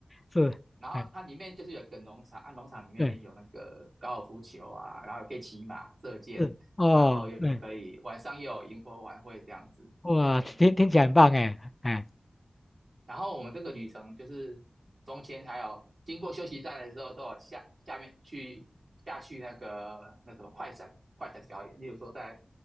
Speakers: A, on the left; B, on the right.
A: 是，
B: 然后它里面就是有一个农场，
A: 哎，
B: 啊，农场里面有那个高尔夫球啊，
A: 对。
B: 然后可以骑马、射箭，
A: 是哦，
B: 然后又可以晚上又有萤火晚会这样子，
A: 对，哇，
B: 哎，
A: 听听起来很棒哎，哎，
B: 然后我们这个旅程就是中间还有经过休息站的时候，都有下下面去下去那个那什么快闪快闪表演，例如说在